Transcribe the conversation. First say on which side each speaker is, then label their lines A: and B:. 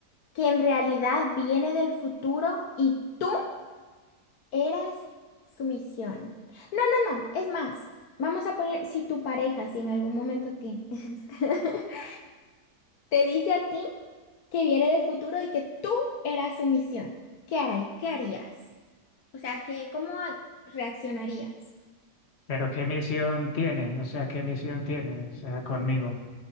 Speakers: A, on the left (about 65°); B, on the left (about 40°).
A: que en realidad viene del futuro y tú eras su misión. No, no, no, es más, vamos a poner si tu pareja, si en algún momento tienes, <laughs> te dice a ti que viene del futuro y que tú eras su misión. ¿Qué harí- ¿Qué harías? O sea, que, ¿cómo a- reaccionarías?
B: Pero ¿qué misión tiene? O sea, ¿qué misión tiene? O sea, conmigo.